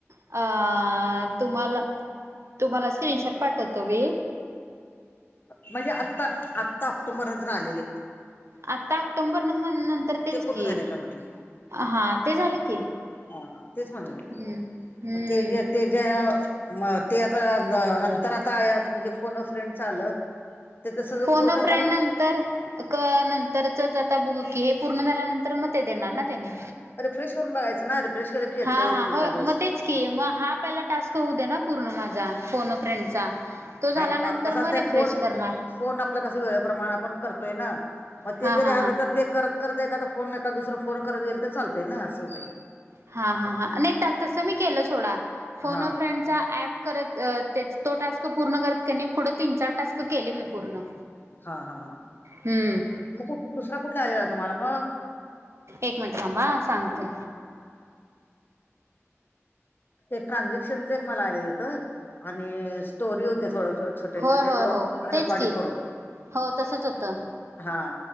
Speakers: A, on the right; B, on the left.
A: अ तुम्हांला तुम्हाला स्क्रीनशॉट पाठवतो मी
B: म्हणजे आत्ता आत्ता ऑक्टोंबर नंतर आलेले
A: आता ऑक्टोंबर नंतर तेच
B: ते पूर्ण
A: की
B: झाले का म्हटलं
A: हा ते झालं की
B: हा तेच म्हणाले
A: हम्म हम्म
B: ते ज ते जे ते आता नंतर आता म्हणजे फोन अ फ्रेंडच आलं. ते तसं
A: फोन
B: पूर्ण
A: अ फ्रेंड
B: कर
A: नंतर नंतरचंच आता बघू की हे पूर्ण झाल्यानंतर तर मग ते देणार ना त्यांनी
B: रिफ्रेश करून बघायचं ना रेफ्रेश केलं की येतंय
A: हा हा
B: की एखाद्या
A: हो
B: वेळेस
A: मग तेच की मग हा पहिला टास्क होऊ दे ना पूर्ण माझा फोन अ फ्रेंडचा तो झाल्यानंतर
B: नाही कसं असतंय
A: मग रिफ्रेश
B: फोन
A: करणार.
B: फोन आपला कसं वेळेप्रमाणे आपण करतोय ना मग
A: हा
B: ते जरी
A: हा
B: आलं
A: हा
B: तर ते करत करत एखादा फोन एखाद दुसरा फोन करत गेलं तर चालते ना असं होतंय.
A: हा हा हा नाही त्यात तसं मी केलं सोडा फोन
B: हा
A: अ फ्रेंड च्या अँप करत तो टास्क पूर्ण करत क नाही पुढ तीन, चार टास्क केले मी पूर्ण
B: हा, हा, हा
A: हम्म
B: म कुठ दुसरा कुठला आलेला तुम्हांला मग
A: एक मिनिट थांबा अ सांगते
B: ते ट्रान्झॅक्शनचं एक मला आलेलं होत आणि स्टोरी होते थोडसं छोट्या,
A: होय
B: छोट्या
A: होय
B: तो
A: हो तेच
B: रेकॉर्डिंग
A: की
B: करून
A: हो तसच होतं
B: हा